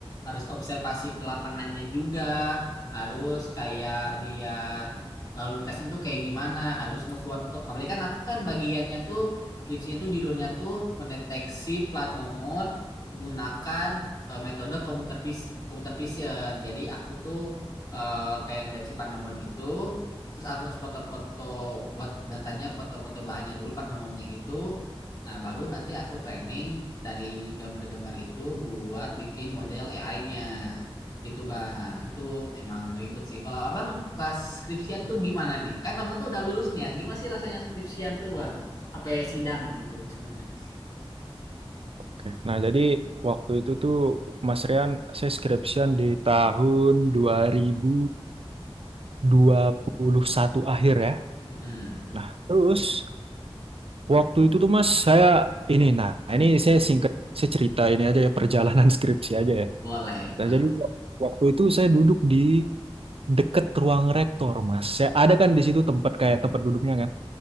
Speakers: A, on the left; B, on the right.
A: harus observasi ke lapangannya juga. Harus kayak lihat lalu lintasnya tuh kayak gimana, harus ngefoto. Apalagi kan aku kan bagiannya tuh skripsinya tuh judulnya tuh mendeteksi plat nomor menggunakan eh, metode computer vis- computer vision. Jadi aku tuh eh, kayak ngedeteksi plat nomor gitu terus aku harus foto-foto buat datanya foto-foto bahannya dulu part nomornya gitu nah baru nanti aku training dari gambar-gambar itu buat bikin model AI-nya gitu bang itu emang ribet sih kalau abang kelas skripsian tuh gimana nih kan abang tuh udah lulus nih ya gimana sih rasanya skripsian tuh bang apa ya, sidang gitu misalnya habis sidang.
B: Oke. Nah jadi waktu itu tuh Mas Rian, saya skripsian di tahun dua dua ribu dua puluh satu akhir ya.
A: Mm-mm.
B: Nah terus Waktu itu tuh Mas, saya ini, nah ini saya singkat, saya cerita ini aja ya perjalanan <laughs> skripsi aja ya.
A: boleh bang
B: Nah jadi wak- waktu itu saya duduk di deket ruang rektor Mas. Saya ada kan di situ tempat kayak tempat duduknya kan.